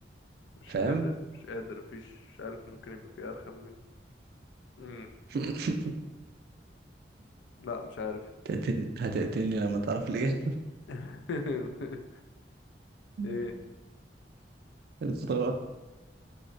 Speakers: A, on the left (about 75°); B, on the right (about 60°).
A: مش
B: فاهم
A: قادر مش قادر مفيش مش عارف ممكن يبقى في ارخم من مم.
B: <laughs>
A: لا مش عارف
B: هتقتلني هتقتلني لما تعرف الاجابه
A: <laughs>
B: <laughs>
A: ايه
B: الفطار